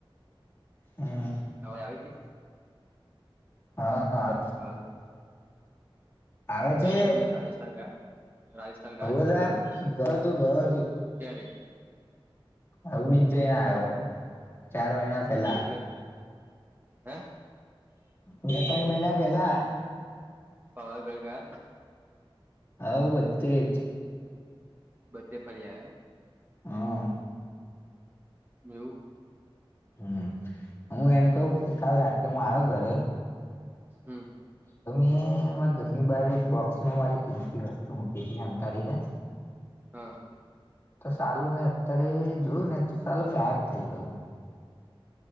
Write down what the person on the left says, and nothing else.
હા
હાા.
આવે
છે
હવે
તા
ગયો છું ગયો
હ બીજ જઈને આવ્યો ચાર મહિના પેલા
બે ત્રણ મહિના પેલા
આવ બધે જ
હા
હમ હું એમ કહ કે કાલ રાતે હું આવ્યો ઘરે-
તો મેં ઘરની બાર એક બોક્સમાં મારી કિંમતી વસ્તુ મૂકી હતી સંંતાડીને
તો સાાલું મેં અત્યારે જોયું ને સાલું ગાયબ થઈ ગયું